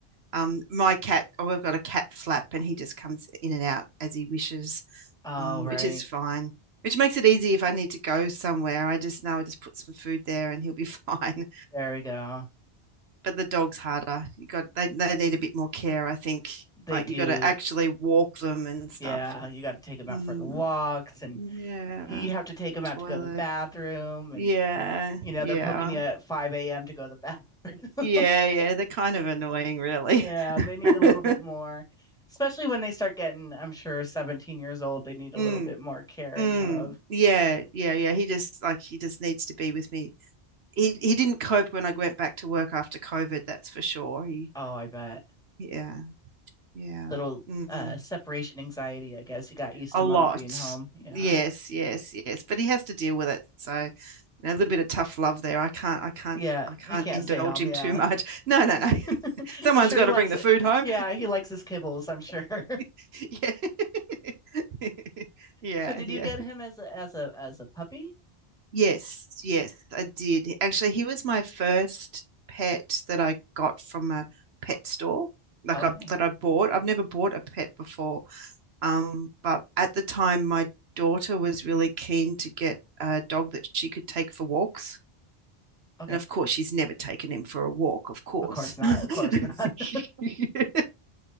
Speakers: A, on the right (about 70°); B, in the centre.
A: Um, my cat, oh, I've got a cat flap, and he just comes in and out as he wishes,
B: all
A: um,
B: right.
A: which is fine. Which makes it easy if I need to go somewhere. I just know I just put some food there and he'll be <laughs> fine.
B: There we go.
A: But the dog's harder. You got they they need a bit more care, I think.
B: They
A: Like
B: do.
A: you got to actually walk them and stuff.
B: Yeah, you got to take them out
A: Mm,
B: for the walks and
A: yeah,
B: you have to take
A: the
B: them
A: toilet.
B: out to go to the bathroom
A: Yeah,
B: and you know
A: yeah,
B: they're poking you at 5 a.m. to go to the bathroom.
A: yeah,
B: <laughs>
A: yeah. They're kind of annoying, really.
B: Yeah, they need
A: <laughs>
B: a little bit more, especially when they start getting, I'm sure, 17 years old, they need a
A: Mm.
B: little bit more care
A: Mm,
B: and love.
A: yeah, yeah, yeah. He just like he just needs to be with me. He he didn't cope when I went back to work after COVID, that's for sure. He
B: Oh, I bet.
A: yeah, yeah.
B: Little
A: Mm,
B: uh separation anxiety, I guess. You got used
A: a
B: to mama
A: lot.
B: being home. Yeah.
A: Yes, yes, yes. But he has to deal with it. So, you know, a little bit of tough love there. I can't I can't
B: Yeah,
A: I can't
B: you can't
A: indulge
B: stay home.
A: him
B: Yeah.
A: too much. <laughs> No, no, no.
B: <laughs>
A: <laughs> Someone's
B: I'm sure
A: got
B: he likes
A: to bring the
B: it.
A: food home.
B: Yeah, he likes his kibbles, I'm sure. <laughs>
A: <laughs> Yeah. <laughs> Yeah,
B: So did
A: yeah.
B: you get him as a as a as a puppy?
A: Yes, yes, I did. Actually, he was my first pet that I got from a pet store, like
B: Okay.
A: I that I bought. I've never bought a pet before. Um, but at the time, my daughter was really keen to get a dog that she could take for walks.
B: Okay.
A: And of course, she's never taken him for a walk, of course.
B: Of course not. Of course not.
A: <laughs>
B: <laughs>